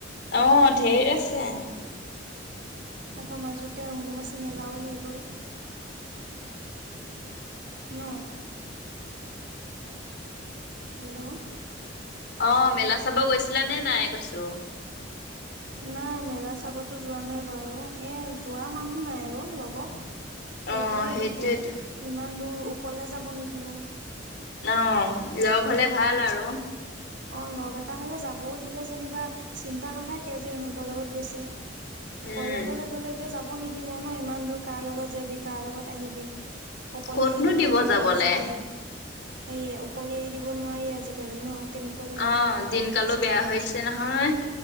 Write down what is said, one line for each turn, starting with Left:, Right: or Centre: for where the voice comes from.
Left: আহ ঢেৰ আছে
Right: আকৌ মাজতে অম্বুবাচী মেলাও হৈ গ'ল ন হেল্ল'
Left: অ মেলা চাব গৈছিলা নে নাই কৈছো
Right: নাই মেলা চাবতো যোৱা নাই বাৰু এ যোৱা মানুহ নাই অ লগত সেইটোহে
Left: অ', সেইটোৱেতো।
Right: দিগদাৰ ইমান দূৰ উকলে যাব নিদিব
Left: অ লগ হলে ভাল আৰু
Right: অঁ লগ এটা হ'লে যাবও দিলে যেনিবা চিন্তা নাথাকে যে ইহঁতৰ লগত গৈছে অকলেকলে
Left: উম।
Right: গ'লে এতিয়া যাব নিদিব ন ইমান দূৰ কাৰ লগত যাবি কাৰ লগত আহিবি অকলে
Left: ক'তনো
Right: এৰি দিব নোৱাৰি
Left: যাবলে।
Right: আজিকালি সেয়ে অকলে এৰি দিব নোৱাৰি আজিকালি ন কেনেকুৱা কেনেকুৱা
Left: অ',
Right: কথা
Left: দিনকালো
Right: হৈ আছে
Left: বেয়া
Right: এতিয়া
Left: হৈছে নহয়।